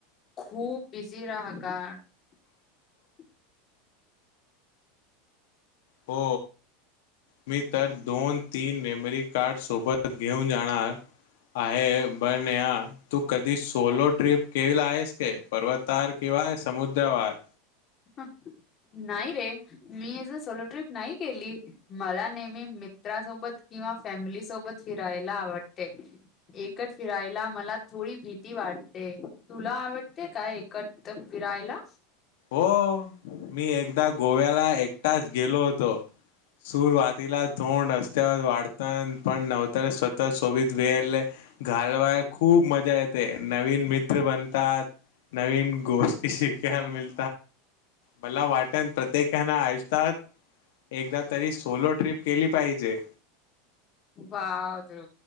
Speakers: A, on the left; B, on the left.
A: खूप बिझी राहा का. <inaudible>
B: हो मी तर दोन-तीन मेमरी कार्ड सोबत, घेऊन जाणार. आहे पण यार तू कधी सोलो ट्रिप केल आहेस का पर्वतावर कि या समुद्रावर
A: हमम नाही रे मी अस सोलो ट्रिप नाही केली, मला नेहमी मित्रासोबत, किंवा फॅमिली सोबत फिरायला आवडते. एकट फिरायला मला थोडी भीती वाटते तुला आवडते काय? एकट रायला
B: हो मी एकदा गोव्याला एकटाच गेलो होतो. सुरवातीला थोड रस्त्यावर वाटत पण नंतर स्वतः सोबत वेळ घालवायला खूप मजा येते, नवीन मित्र बनतात नवीन गोष्टी शिकयल मिळ मला वाटण प्रत्येकाना ऐसतात एकदा तरी सोलो ट्रिप केली पाहिजे.
A: बाप रे